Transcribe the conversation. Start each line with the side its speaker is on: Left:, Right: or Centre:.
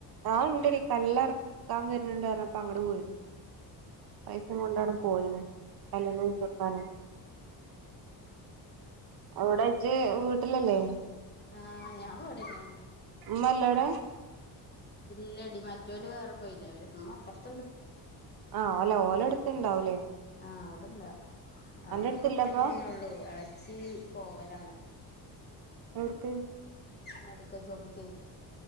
Right: ആഹ് ഇണ്ടെടി കല്ല് അറക്കാൻ വര്ണ് ണ്ട് പറഞ്ഞപ്പൊ അങ്ങട്ട് പോയിക്ക്ണ്. പൈസിം കൊണ്ടാണ്ട് പോയിണ് കല്ലിന്റെ പൈസ കൊട്ക്കാനെ. എവിടെ ഇജ്ജ് വീട്ടിലല്ലേ?
Left: ആഹ് ഞാനിവിടെന്ന്യാണ്.
Right: മല്ലടാ?
Left: ഇല്ലെടി മറ്റോല് വേറെ പോയില്ലേ. ഓര് ഉമ്മ അപ്പറ്ത്തുണ്ട്.
Right: ആഹ് ഓലെ ഓലെട്ത്ത്ണ്ടാവൂലേ?
Left: ആഹ് അവിടെണ്ട് അവിടെമ്മ
Right: അടുത്തില്ലപ്പൊ
Left: ഒറ്റക്കെന്നെ ഒള്ളൂ. എളച്ചി പോവലാണ്.
Right: ട്ക്ക്?
Left: മെഡിക്കൽ ശോപ്പ്കെ